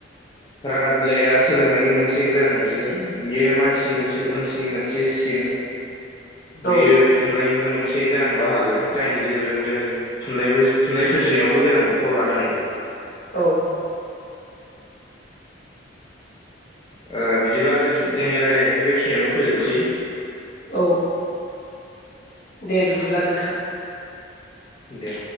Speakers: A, on the left; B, on the left.
A: रादाब बिलाइया सोलोंनायनि मोनसे गोनां बिजों बियो मानसिनि सोद्रोमसि नि मोनसे सिन
B: औ
A: बेयो थुनलाइनिबो मोनसे गोनां बाहागो जायनि गेजेरजों जों थुनलाइबो थुनलाइ सोरजिनायावबो गोनां बिफाव लानो हायो।
B: औ
A: ओ बिदिब्ला जों जोंनि रायज्लायनायखौ बेखिनियावनो फोजोबनोसै
B: औ दे बिदिब्ला नोंथां।
A: दे